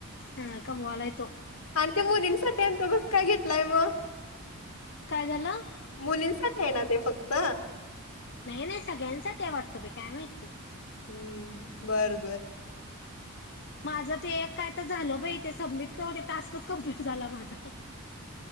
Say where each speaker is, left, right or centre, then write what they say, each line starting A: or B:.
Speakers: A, on the left; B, on the left.
A: हा कमवालाय तो.
B: आणि ते मुलींसाठी आहे आणि तो कस काय घेतलाय म?
A: काय झालं?
B: मुलींसाठी आहे ना ते फक्त?
A: नाही नाही सगळ्यांसाठी आहे वाटतं बाई काय माहीत.
B: हम्म बर बर.
A: माझं ते एक काय झालं बाई ते सबमिट केलं की टास्कच कंप्लीट झाला. माझा.